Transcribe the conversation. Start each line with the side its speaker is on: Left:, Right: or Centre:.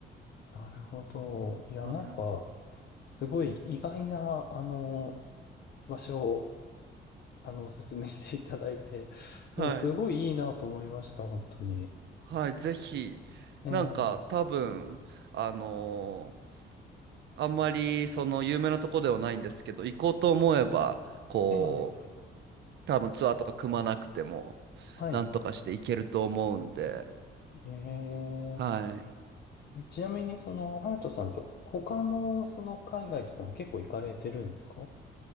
Left: なるほど。いや、
Right: は
Left: なんか、すごい意外な、あの、場所を、あの、おすすめしていただいて、でもすごいいいなと思いました、
Right: いはい
Left: 本当に。
Right: はい、ぜひ、
Left: ええ
Right: なんか多分、あのーあんまりその有名なとこではないんですけど、行こうと思えば、こ
Left: ええ
Right: う、多分ツアーとか組まなくても、
Left: はい。
Right: なんとかして行けると思うんで、
Left: え
Right: はい。
Left: ー、え、ちなみに、その、ハルトさんって、他の、その、海外とかも結構行かれてるんですか